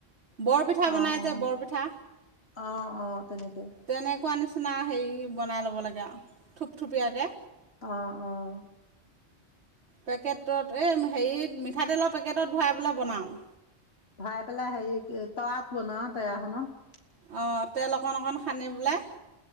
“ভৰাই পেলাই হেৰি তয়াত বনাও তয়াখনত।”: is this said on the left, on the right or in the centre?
Left